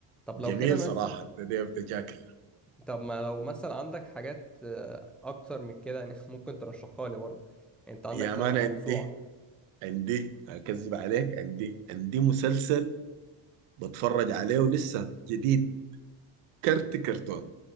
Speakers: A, in the centre; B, on the right.
A: طب
B: جميل
A: لو كده مثلا
B: صراحة ذا ديف ذا جاكل
A: طب ما لو مثلا عندك حاجات آه، اكتر من كده يعني <laughs> ممكن ترشحها لي برضه يعني انت عندك
B: يا
A: صراحة
B: مان
A: موسوعة
B: عندي عندي أكذب عليك عندي عندي مسلسل بتفرج عليه لسه جديد كرت كرتون